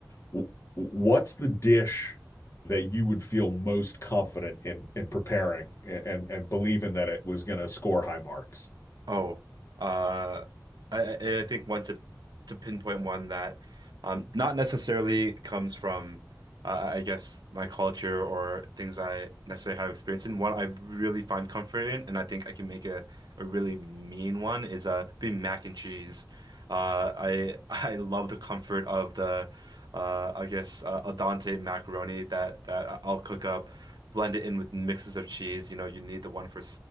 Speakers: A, on the left; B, on the right.
A: W- What's the dish that you would feel most confident in in preparing and and believing that it was going to score high marks?
B: Oh, uh, I I I think one to to pinpoint one that um not necessarily comes from uh, I guess my culture or things I necessarily have experience in. One I really find comfort in, and I think I can make a a really mean one is uh be mac and cheese. Uh, I <laughs> I love the comfort of the uh I guess uh, al dente macaroni that that I'll cook up, blend it in with mixes of cheese. You know, you need the one for.